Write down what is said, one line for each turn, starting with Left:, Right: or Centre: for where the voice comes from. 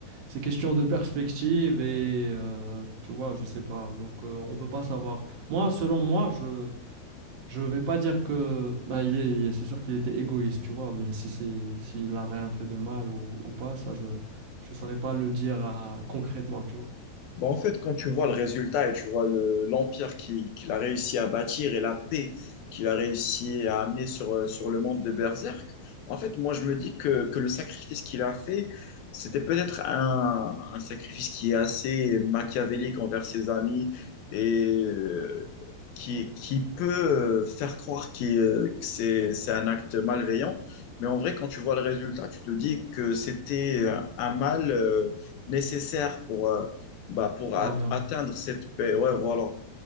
Right: c'est question de perspective et euh, tu vois, je sais pas. Donc, euh, on peut pas savoir. Moi, selon moi, je je vais pas dire que bah, il est, c'est sûr qu'il était égoïste, tu vois, mais si c'est s'il a rien fait de mal ou, ou pas, ça, je je saurais pas le dire à- concrètement, tu vois,
Left: Bah, en fait, quand tu vois le résultat et tu vois le- l'empire qui- qu'il a réussi à bâtir et la paix qu'il a réussi à amener sur, euh, sur le monde de Berserk, en fait, moi, je me dis que, que le sacrifice qu'il a fait, c'était peut-être un, un sacrifice qui est assez machiavélique envers ses amis et euh, qui, qui peut euh, faire croire qu'il, euh, que c'est, c'est un acte malveillant. Mais en vrai, quand tu vois le résultat, tu te dis que c'était euh, un mal euh, nécessaire pour... euh, bah, pour
Right: pour
Left: at-
Right: un bien.
Left: atteindre cette paix. Ouais, voilà.